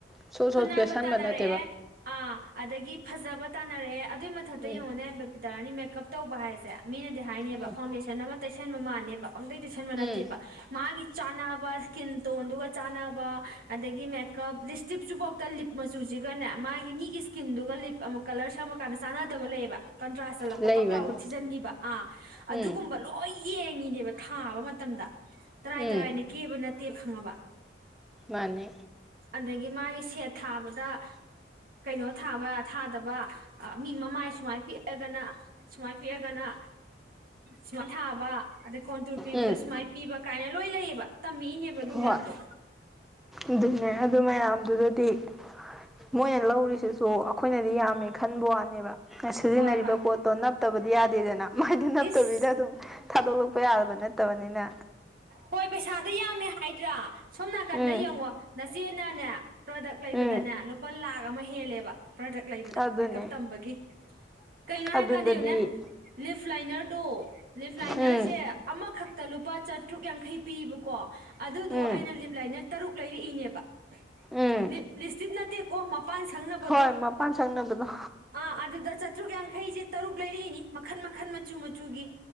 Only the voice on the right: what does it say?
ꯈꯨꯟ ꯅꯥꯟꯕ
ꯇꯥꯅꯔꯛꯑꯦ
ꯑꯥ ꯑꯗꯒꯤ ꯐꯖꯕ ꯇꯥꯅꯔꯛꯑꯦ ꯑꯗꯨꯏ ꯃꯊꯛꯇ
ꯌꯦꯡꯉꯣꯅꯦ ꯕꯄꯤ ꯇꯔꯥꯅꯤ ꯃꯦꯛ ꯀꯞ ꯇꯧꯕ ꯍꯥꯏꯁꯦ ꯃꯤꯅꯗꯤ ꯍꯥꯏꯅꯦꯕ
ꯐꯥꯎꯟꯗꯦꯁꯟ ꯑꯃ ꯇꯩꯁꯟꯕ ꯃꯥꯜꯅꯦꯕ ꯄꯪꯇꯩꯩ ꯇꯩꯁꯟꯕ
ꯅꯠꯇꯦꯕ ꯃꯥꯒꯤ ꯆꯥꯟꯅꯕ ꯏꯁꯀꯤꯟ ꯇꯣꯟꯗꯨꯒ ꯆꯥꯟꯅꯕ ꯑꯗꯒꯤ ꯃꯦꯀꯞ ꯇꯤꯞ ꯆꯨꯕꯥꯎꯇ ꯂꯤꯞ ꯃꯆꯨꯖꯤꯒꯅꯦ ꯃꯥꯒꯤ ꯃꯤꯒꯤ ꯏꯁꯀꯤꯟꯗꯨꯒ ꯂꯤꯞ ꯑꯃ ꯀꯂꯔ ꯁꯪꯕꯀꯥꯟꯗ ꯆꯥꯟꯅꯗꯕ ꯂꯩꯌꯦꯕ ꯀꯟꯇ꯭ꯔꯥꯁ ꯆꯠꯂꯛꯄ
ꯕꯛ ꯂꯥꯎꯅ ꯊꯤꯖꯤꯟꯈꯤꯕ ꯑꯥ ꯑꯗꯨꯒꯨꯝꯕ
ꯂꯣꯏ ꯌꯦꯡꯉꯤꯅꯦꯕ ꯊꯥꯕ ꯃꯇꯝꯗ ꯇꯔꯥꯏ
ꯇꯔꯥꯏꯅ ꯀꯦꯕ ꯅꯠꯇꯦ ꯈꯪꯉꯕ
ꯑꯗꯒꯤ ꯃꯥꯒꯤ ꯁꯦꯠ ꯊꯥꯕꯗ ꯀꯩꯅꯣ ꯊꯥꯕ ꯊꯥꯗꯕ ꯃꯤ ꯃꯃꯥꯏ ꯁꯨꯃꯥꯏ ꯄꯤꯛꯑꯒꯅ ꯁꯨꯃꯥꯏ ꯄꯤꯛꯑꯒꯅ ꯁꯨꯃꯥꯏ ꯊꯥꯕ ꯑꯗ ꯀꯣꯟꯇꯨꯔ ꯄꯤꯕꯗ
ꯁꯨꯃꯥꯏꯅ ꯄꯤꯕ ꯀꯥꯏꯅ ꯂꯣꯏ ꯂꯩꯌꯦꯕ ꯇꯝꯃꯛꯏꯅꯦꯕ ꯑꯗꯨ
ꯃꯌꯥꯝꯗꯣ
ꯍꯣꯏ ꯍꯣꯏ
ꯏꯁ
ꯍꯣꯏ ꯄꯩꯁꯥꯗ ꯌꯥꯝꯃꯦ ꯍꯥꯏꯗ꯭ꯔꯥ ꯁꯣꯝ ꯅꯥꯀꯟꯗ
ꯌꯦꯡꯉꯣ ꯅꯆꯦꯅꯅꯦ ꯄ꯭ꯔꯗꯛ ꯂꯩꯕꯗꯅꯦ
ꯂꯨꯄꯥ ꯂꯥꯛ ꯑꯃꯍꯦꯂꯦꯕ ꯄ꯭ꯔꯗꯛ ꯂꯩꯕꯗ
ꯃꯦꯀꯞ ꯇꯝꯕꯒꯤ ꯀꯩꯅꯣ
ꯍꯥꯏꯀꯥꯟꯗ ꯌꯦꯡꯉꯨ ꯂꯤꯞ ꯂꯥꯏꯅꯔꯗꯣ ꯂꯤꯞ ꯂꯥꯏꯅꯔꯁꯦ
ꯑꯃ ꯈꯛꯇꯂꯨꯄꯥ ꯆꯥꯇ꯭ꯔꯨꯛ ꯌꯥꯡꯈꯩ ꯄꯤꯕꯀꯣ ꯑꯗꯨꯗꯣ
ꯑꯩꯅ ꯂꯤꯞ ꯂꯥꯢꯅꯔ ꯇꯔꯨꯛ ꯂꯩꯔꯛꯏꯅꯦꯕ
ꯑ ꯂꯤꯞ ꯂꯤꯁꯇꯤꯞ ꯅꯠꯇꯦꯀꯣ ꯃ ꯃꯄꯥꯟ ꯁꯪꯅꯕꯗꯣ
ꯑꯥ ꯑꯗꯨꯗ ꯆꯥꯇ꯭ꯔꯨꯛ ꯌꯥꯡ ꯑꯩꯩꯁꯦ ꯇꯔꯨꯛ ꯂꯩꯔꯛꯏꯅꯤ ꯃꯈꯟ ꯃꯈꯟ ꯃꯆꯨ ꯃꯆꯨꯒꯤ